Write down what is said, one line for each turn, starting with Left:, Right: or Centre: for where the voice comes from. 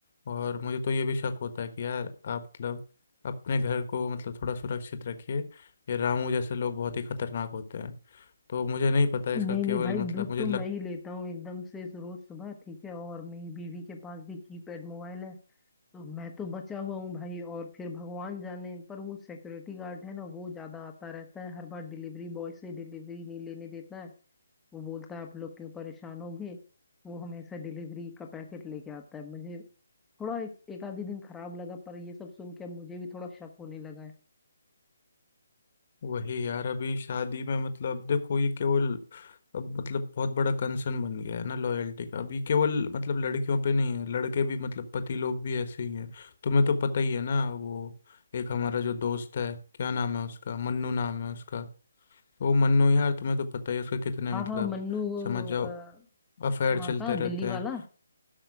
Left: और मुझे तो ये भी शक होता है कि यार आप मतलब अपने घर को मतलब थोड़ा सुरक्षित रखिए ये रामू जैसे लोग बहुत ही खतरनाक होते हैं तो मुझे नहीं पता इसका
Centre: नहीं
Left: केवल
Centre: नहीं भाई
Left: मतलब
Centre: दूध
Left: मुझे
Centre: तो
Left: लगता
Centre: मैं ही लेता हूँ एकदम से रोज सुबह ठीक है और मेरी बीवी के पास भी कीपैड मोबाइल है तो मैं तो बचा हुआ हूँ भाई और फिर भगवान जाने पर वो सिक्योरिटी गार्ड है ना वो ज्यादा आता रहता है हर बार डिलीवरी बॉय से डिलीवरी नहीं लेने देता है वो बोलता है आप लोग क्यों परेशान होगे वो हमेशा डिलीवरी का पैकेट लेके आता है मुझे थोड़ा एक, एक आधी दिन खराब लगा पर ये सब सुन के अब मुझे भी थोड़ा शक होने लगा है
Left: वही यार अभी शादी में मतलब देखो ये केवल अब मतलब बहुत बड़ा कंसर्न बन गया है ना लॉयल्टी का अब ये केवल मतलब लड़कियों पे नहीं है लड़के भी मतलब पति लोग भी ऐसे ही हैं तुम्हें तो पता ही है ना वो एक हमारा जो दोस्त है क्या नाम है उसका मन्नू नाम है उसका वो मन्नू यार तुम्हें तो पता ही है उसके कितने
Centre: हाँ
Left: मतलब
Centre: हाँ मन्नू वो
Left: समझ जाओ
Centre: अ,
Left: अफेयर
Centre: वहाँ
Left: चलते
Centre: का
Left: रहते
Centre: दिल्ली
Left: हैं
Centre: वाला